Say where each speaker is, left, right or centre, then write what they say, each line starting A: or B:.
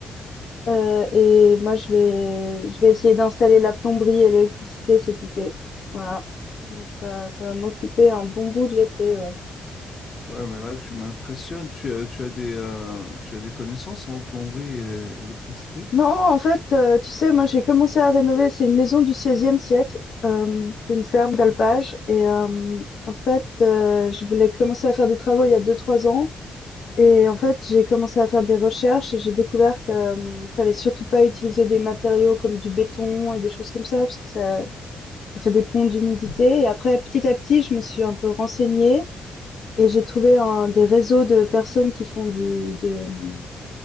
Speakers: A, on the left; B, on the left.
A: heu et moi je vais je vais essayer d'installer la plomberie et l'électricité cet été. Voilà, donc ça ça va m'occuper un bon bout de l'été, ouais.
B: Ouais, mais là, tu m'impressionnes. Tu as, tu as des, euh, tu as des connaissances en plomberie et électricité.
A: Non, en fait, heu, tu sais, moi, j'ai commencé à rénover c'est une maison du XVIe siècle, hem, c'est une ferme d'alpage et hem, en fait, heu, je voulais commencer à faire des travaux il y a deux-trois ans et en fait, j'ai commencé à faire des recherches et j'ai découvert que, hem, fallait surtout pas utiliser des matériaux comme du béton et des choses comme ça parce que ça ça fait des ponts d'humidité et après petit à petit, je me suis un peu renseignée et j'ai trouvé un des réseaux de personnes qui font du de, mmh